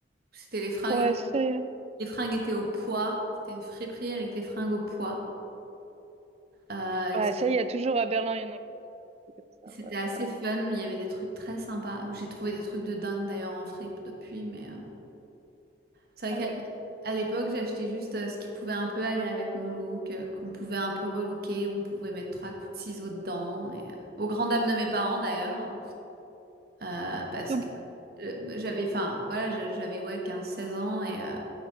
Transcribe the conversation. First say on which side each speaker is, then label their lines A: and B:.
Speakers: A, on the right (about 55°); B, on the right (about 35°).
A: C'était les fringues,
B: Ouais, ça y est.
A: les fringues étaient au poids. C'était une friperie avec les fringues au poids. Euh,
B: Ouais,
A: et c-
B: ça y est, toujours à Berlin, il y en a plus. c'est comme ça.
A: c'était
B: ouais,
A: assez
B: ouais.
A: fun. Il y avait des trucs très sympas. J'ai trouvé des trucs de dingue d'ailleurs en fripe depuis, mais. euh, C'est
B: Ah
A: vrai
B: ouais.
A: qu'à à l'époque, j'achetais juste euh, ce qui pouvait un peu aller avec mon look, euh, qu'on pouvait un peu relooker, où on pouvait mettre trois coups de ciseaux dedans. Et, euh, aux grandes dames de mes parents d'ailleurs, euh, parce
B: Donc,
A: que euh, j'avais, enfin, voilà, je- j'avais ouais, 15 seize ans et euh,